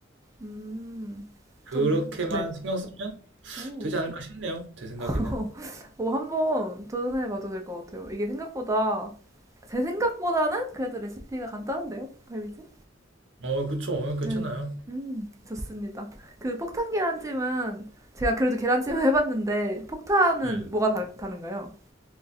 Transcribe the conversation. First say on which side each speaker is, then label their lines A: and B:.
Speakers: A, on the right; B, on the right.
A: 음,
B: 그렇게만
A: 좀 네.
B: 신경 쓰면
A: 오,
B: 되지 않을까 싶네요. 제 생각에는.
A: <laughs> 오, 한번 도전해봐도 될 것 같아요. 이게 생각보다 제 생각보다는 그래도 레시피가 간단한데요, 갈비찜?
B: 어, 그쵸. 어, 괜찮아요.
A: 네. 음, 좋습니다. 그 폭탄 계란찜은 제가 그래도 계란찜을 해봤는데 폭탄은
B: 네.
A: 뭐가 다, 다른가요?